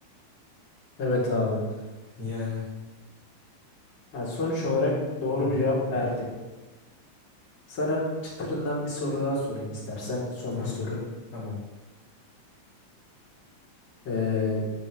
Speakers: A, on the left; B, on the left.
A: Evet abi.
B: <laughs> Yani
A: Yani sonuç olarak doğru
B: hı hı,
A: bir cevap verdin. Sana çıtırından bir soru daha sorayım istersen. Son
B: tamam
A: bir soru.
B: tamam
A: Ee,